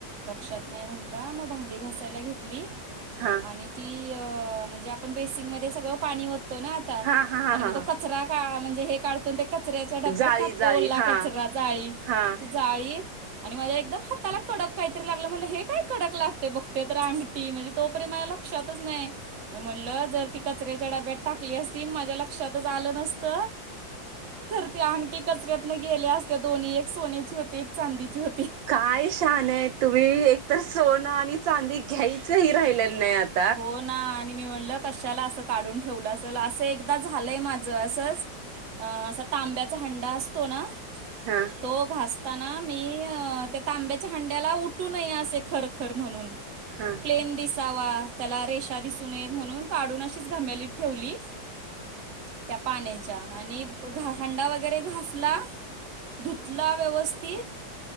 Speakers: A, on the right; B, on the right.
A: लक्षात नाही म्हणता मग भांडी घसायला घेतली
B: हा
A: आणि ती म्हणजे आपण बेसिंक मध्ये सगळं पाणी वतो ना आता
B: हा हा
A: आणि
B: हा
A: मग
B: हा
A: तो कचरा का म्हणजे हे काढतो ते कचऱ्याच्या डब्यात
B: जाळी
A: टाकतो
B: जाळी
A: ओला
B: हा
A: कचरा जाळी-
B: हा
A: जाळीत आणि माझ्या एकदम हाताला कडक काहीतरी लागलं. म्हटलं हे काय कडक लागत. बघते तर अ- टी म्हणजे तो <unintelligible> माझ्या लक्षातच नाही. म म्हणलं जर ती कचऱ्याच्या डब्यात टाकली असती, अन माझ्या लक्षातच आलं नसत- तर ते अंगठी कचऱ्यातन गेल्या असत्या दोन्ही. एक सोन्याची होती. एक चांदीची होती.
B: कायशहाणं ए तुम्ही. एक तर सोनं आणि चांदी घ्यायचंही राहिलं नाही आता.
A: हो न. -ना. आणि मी म्हणलं कशाला असं काढून ठेवलं असेल. असं एकदा झालंय माझं असंच- आं असा तांब्याचा हंडा असतो ना?
B: हा.
A: तो घासताना मी त्या तांब्याच्या हांड्याला उठू नये असे खरखर म्हणून-
B: हा
A: प्लेन दिसावा. त्याला रेषा दिसून नयेत म्हणून काढून अशीच घमेलीत ठेवली. त्या पाण्याच्या आणि घ हांडा वगैरे घासला- धुतला व्यवस्थित